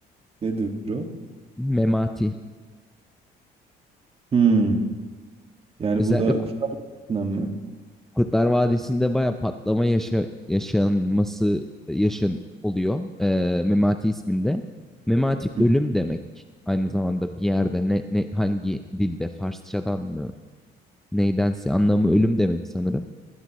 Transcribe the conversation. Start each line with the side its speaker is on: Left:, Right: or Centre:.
Right: Nedir o?
Centre: Memati.
Right: Hmm. Yani
Centre: Özellikle
Right: bu da
Centre: Ku-
Right: Kurtlar Vadisi'nden mi?
Centre: Kurtlar Vadisi'nde baya patlama yaşa yaşanması yaşın oluyor. Ee, Memati isminde. Memati
Right: Hı,
Centre: ölüm demek. Aynı zamanda bir yerde ne, ne hangi dilde Farsçadan mı neydense anlamı ölüm demek sanırım.